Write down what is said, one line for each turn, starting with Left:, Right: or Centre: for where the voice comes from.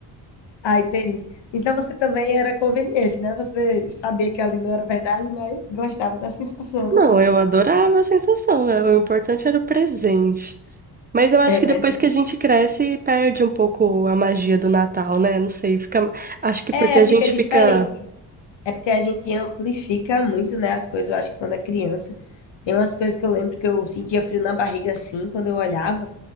Left: Ah, entendi. Então você também era conveniente, né? Você sabia que ali não era verdade, mas gostava da sensação.
Right: Não, eu adorava a sensação. é, O importante era o presente. Mas eu acho
Left: É
Right: que
Left: verdade.
Right: depois que a gente cresce, perde um pouco a magia do Natal, né? Não sei, fica. Acho que
Left: É,
Right: porque a
Left: fica
Right: gente
Left: diferente.
Right: fica.
Left: É porque a gente amplifica muito, né, as coisas. Eu acho que quando é criança, tem umas coisas que eu lembro que eu sentia frio na barriga assim, quando eu olhava,